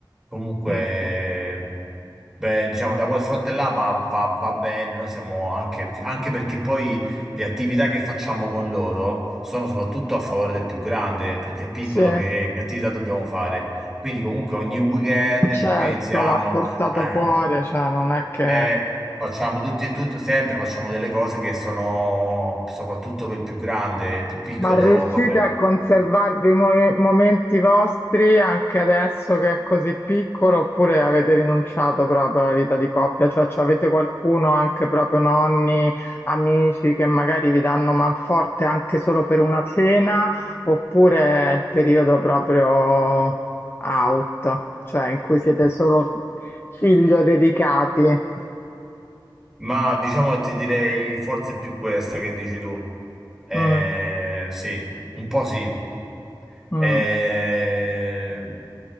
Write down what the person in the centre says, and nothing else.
Comunque...
Beh, diciamo, da quel fronte là va, va- va bene, noi siamo anche, anche perché poi le attività che facciamo con loro sono soprattutto a favore del più grande, perché è piccolo
che, che attività dobbiamo fare. Quindi comunque ogni weekend
ci organizziamo,
eh,
e facciamo tutti, tut- sempre facciamo delle cose che sono soprattutto per il più grande, il più piccolo,
vabbè.
Ma diciamo che ti direi forse è più questa che dici tu. Eh,
sì, un po' sì.
Eh,